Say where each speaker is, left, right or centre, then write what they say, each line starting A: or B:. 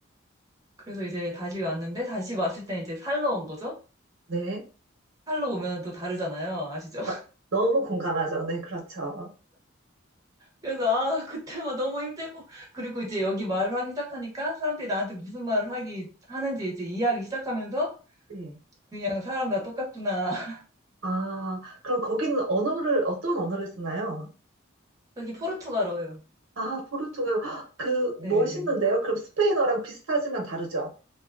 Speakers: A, on the right; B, on the right.
A: 그래서 이제 다시 왔는데 다시 왔을 때 이제 살러 온 거죠.
B: 네.
A: 살러 오면 또 다르잖아요. 아시죠?
B: 너, 너무 공감하죠. 네, 그렇죠.
A: 그래서 아 그때만 너무 힘들고 그리고 이제 여기 말을 하기 시작하니까 사람들이 나한테 무슨 말을 하기 하는지 이제 이해하기 시작하면서
B: 네.
A: 그냥 사람 다 똑같구나. <laughs>
B: 아, 그럼 거기는 언어를, 어떤 언어를 쓰나요?
A: 여기 포르투갈어예요.
B: 아, 포르투갈어. 헉, 그, 멋있는데요?
A: 네, 네.
B: 그럼 스페인어랑 비슷하지만 다르죠?